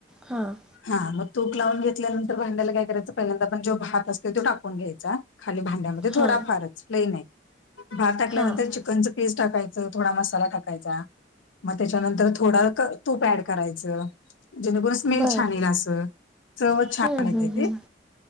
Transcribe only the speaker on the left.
हा मग तूप लावून घेतल्यानंतर भांड्याला काय करायचं पहिल्यांदा पण जो भात असते. तो टाकून घ्यायचा. खाली भांड्यामध्ये थोडाफारच
लय नाही. भात टाकल्यानंतर
चिकनच. पेस्ट टाकायच, थोडा मसाला टाकायचा. मग त्याच्यानंतर थोडा. तूप ऍड करायचं, म्हण जे न, ब स्मेल
छानल असं. सर्वच <inaudible> छानते
ते.